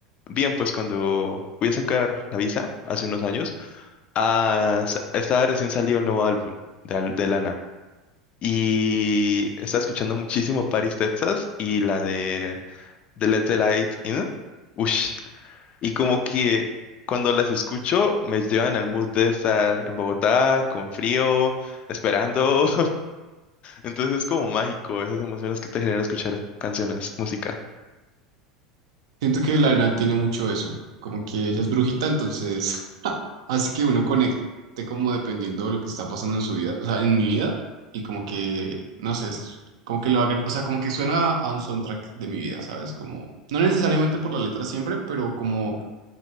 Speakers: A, on the left; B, on the right.
A: Bien, pues cuando fui a sacar la visa hace unos años, ah, sa- estaba recién salido el nuevo álbum de, Al- de Lana. Y estaba escuchando muchísimo Paris, Texas y la de, de Let the Light In. Ush. Y como que cuando las escucho me llevan al mood de estar en Bogotá con frío, esperando entonces es como mágico esas emociones que te genera escuchar canciones, música.
B: Siento que la tiene mucho eso, como que ella es brujita, entonces <laughs> así que uno conecte como dependiendo de lo que está pasando en su vida, o sea, en mi vida, y como que, no sé, es como que lo haga, o sea, como que suena a un soundtrack de mi vida, ¿sabes? Como, no necesariamente por la letra siempre, pero como,